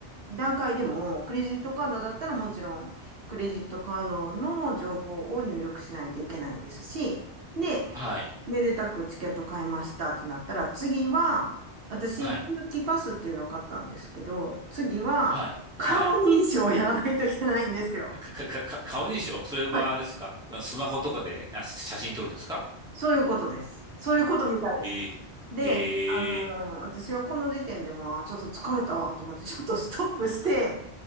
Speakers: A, on the right; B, in the centre.
A: 段階でも、クレジットカードだったらもちろん、クレジットカードの情報を入力しないといけないですし、で、
B: はい。
A: めでたくチケット買いましたってなったら、次は、私、
B: はい。
A: 通期パスっていうのを買ったんですけど、次は、
B: はい。
A: 顔認証をやらないといけないんですよ。
B: はい。か、か、か、か顔認証それはあれですかあスマホとかで、
A: はい。
B: あ、写真撮るんですか
A: そういうことです。そういうことみたいです。
B: え
A: で、
B: え
A: あのー
B: ええ
A: 私はこの時点でもう、あちょっと疲れたわと思って、ちょっとストップして、